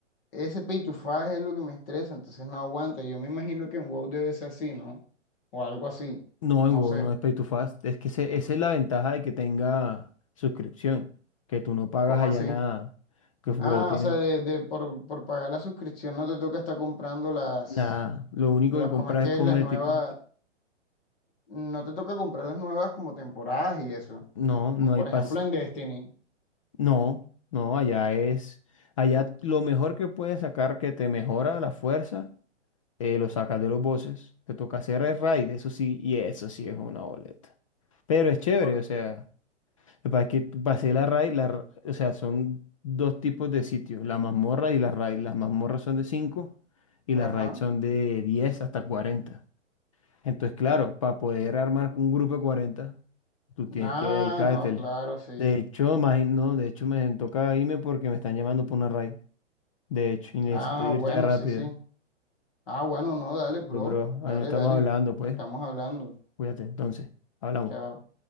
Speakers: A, on the left; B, on the left.
A: ese pay to five es lo que me estresa, entonces no aguanta. Yo me imagino que en WoW debe ser así, ¿no? O algo así,
B: No, en
A: no
B: WoW
A: sé,
B: no es pay to fast. Es que ese- esa es la ventaja de que tenga suscripción, que tú no pagas
A: ¿cómo
B: allá
A: así?
B: nada, que WoW
A: Ah,
B: tiene
A: o sea, de, de- por, por pagar la suscripción no te toca estar comprando las,
B: nada. Lo único
A: las,
B: que compras
A: ¿cómo es que
B: es cosmético.
A: es? Las nuevas, no te toca comprar las nuevas como temporadas y eso,
B: No,
A: como
B: no
A: por
B: hay pas
A: ejemplo en Destiny.
B: No, no, allá es, allá lo mejor que puedes sacar que te mejora la fuerza, eh, lo sacas de los bosses. Te toca hacer el raid, eso sí, y eso sí es una boleta. Pero es chévere,
A: Por,
B: o sea, para que tú- pasé la raid, la, ra- o sea, son dos tipos de sitios, la mazmorra y la raid. Las mazmorras son de 5 y
A: ajá.
B: las raids son de 10 hasta 40. Entonces, claro, para poder armar un grupo de cuarenta tú tienes
A: Ah,
B: que dedicártele.
A: no, claro, sí.
B: De hecho, imagi- no, de hecho me toca irme porque me están llamando por una raid. De hecho, y necesito
A: Ah,
B: ir
A: bueno,
B: ya rápido.
A: sí, sí. Ah, bueno, no, dale, bro.
B: Pero, bro,
A: Dale,
B: ahí no estamos
A: dale.
B: hablando, pues.
A: Estamos hablando.
B: Cuídate, entonces, hablamos.
A: Chao.